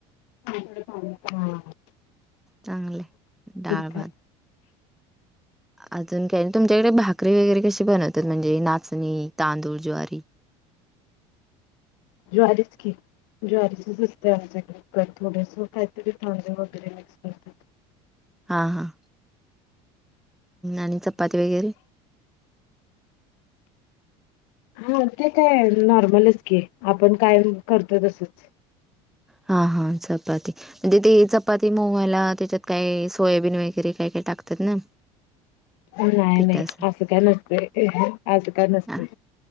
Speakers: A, on the left; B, in the centre.
A: हां.
B: चांगल आहे डाळ
A: काय
B: भात. अजून काय तुमच्याकडे भाकरी वगैरे कशी बनवतात म्हणजे नाचणी, तांदूळ, ज्वारी?
A: ज्वारीचं की! ज्वारीचंच असतंय आमच्याकडं थोडसं काहीतरी तांदूळ वगैरे मिक्स करतात.
B: हां हां. आणि चपाती वैगेरे?
A: हां ते काय नॉर्मलच की आपण कायम करतोय तसंच.
B: हां हां चपाती म्हणजे ते चप पाती मऊ व्हायला त्याच्यात काय सोयाबीन वगैरे काय काय टाकतात ना?
A: नाही
B: पिठासाठी.
A: नाही असं काय नसतंय हे अस काय नसतंय.
B: हां,